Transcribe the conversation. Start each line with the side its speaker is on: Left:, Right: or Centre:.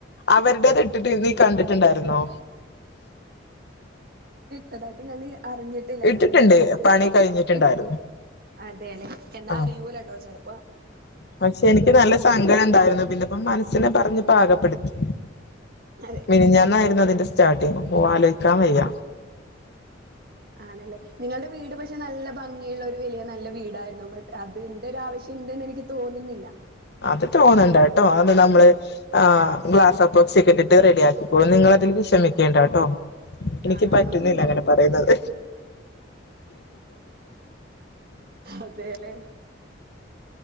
Left: അവരുടേത് ഇട്ടിട്ട് നീ കണ്ടിട്ടുണ്ടായിരുന്നോ
Right: തായിട്ട് ഞാൻ അറിഞ്ഞിട്ടില്ലഞ
Left: ഇട്ടിട്ടുണ്ട്
Right: എന്തോ
Left: പണി കഴിഞ്ഞിട്ടുണ്ടായിരുന്നു
Right: ഇട്ട് അതെല്ലെ എന്നാ
Left: ആ
Right: അറിയൂല കേട്ടോ ചെറു
Left: പക്ഷെ എനിക്ക് നല്ല സങ്കടം ണ്ടായിരുന്നു പിന്നെപ്പ മനസ്സിനെ പറഞ് പാകപ്പെടുത്തി
Right: അതെ
Left: മിനിഞ്ഞന്നായിരുന്നു അതിന്റെ സ്റ്റാർട്ടിങ് ഓ ആലോചിക്കാൻ വയ്യ
Right: ആണല്ലേ നിങ്ങളുടെ വീട് പക്ഷെ നല്ല ഭംഗി <unintelligible> വലിയ നല്ല വീടായിരുന്നു ബട്ട് അത് ന്റെ ഒരു ആവശ്യം ഉണ്ട്ന്ന് എനിക്ക് തോന്നുന്നില്ല
Left: അത് തോന്നണ്ട ട്ടോ അത് നമ്മള് ആ് ഗ്ലാസ്പ്പോക്സി ഒക്കെ ഇട്ടിട്ട് റെഡി ആക്കിക്കളും നിങ്ങ അതിൽ വിഷമിക്കേണ്ട കേട്ടോ എനിക്ക്
Right: ആഹ്
Left: പറ്റുന്നില്ല
Right: ഓഹ്
Left: അങ്ങനെ പറയുന്നത്
Right: അതേല്ലെ